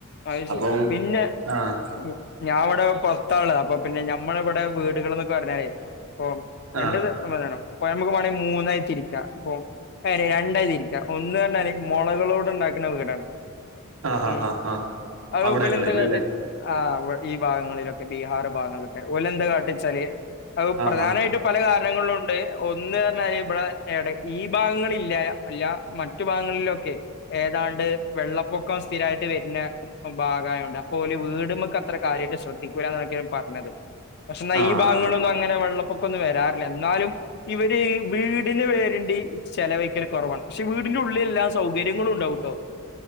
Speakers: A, on the left; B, on the right.
A: അത്
B: അപ്പം
A: ശെരിയാ പിന്നെ
B: ആഹ്
A: ഉം ഞാ ഇവിടെ പുറത്താള്ളെ അപ്പൊ പിന്നെ ഞമ്മളെ ഇവിടെ വീടുകൾ എന്നൊക്കെ പറഞ്ഞാലേ അപ്പൊ
B: ആഹ്
A: രണ്ടത്. വേണം പ്പൊ ഞമ്മക്ക് വേണെ മൂന്നായിതിരിക്ക ഇപ്പൊ അയിനെ രണ്ടായിതിരിക്ക ഒന്ന് പറഞ്ഞാല് മുളകളോട് ഉണ്ടാക്കുന്ന വീടാണ്.
B: ആഹ്
A: ഉം
B: ആഹ് ആഹ്
A: അത്
B: അവിടങ്ങളിൽ
A: ബെല്ന്താ കാട്ടി
B: അല്ലേ
A: ആഹ് ഈ ഭാഗങ്ങളിലൊക്കെ ബീഹാർ ഭാഗങ്ങളിലൊക്കെ ഓലന്ത കാട്ടിച്ചാല് അഹ്
B: ആഹ്
A: പ്രധാനായിട്ടും പല കാരണങ്ങളുണ്ട് ഒന്ന് പറഞ്ഞാല് ഇവിടെ ടെ ഈ ഭാഗങ്ങള് ഇല്ല അല്ല മ റ്റു ഭാഗങ്ങളിലൊക്കെ ഏതാണ്ട് വെള്ളപ്പൊക്കം സ്ഥിരായിട്ട് വര പിന്നെ ഭാഗായോണ്ട് അപ്പൊ ഓല് വീട്മ്മക്ക് അത്ര കാര്യായിട്ട് ശ്രദ്ധിക്കൂല്ല എന്നക്കേണ് പറഞ്ഞത്. പക്ഷെ എന്നാ
B: ആഹ് ആഹ്
A: ഈ ഭാഗങ്ങളൊന്നും അങ്ങനെ വെള്ളപ്പൊക്കൊന്നും വരാറില്ല എന്നാലും ഇവര് ഈവീടിന് വരണ്ടി ചെലവയിക്കല് കൊറവാണ് പക്ഷെ വീടിന്റെ ഉള്ളില് എല്ലാ സൗകര്യങ്ങളും ഉണ്ടാവുട്ടോ.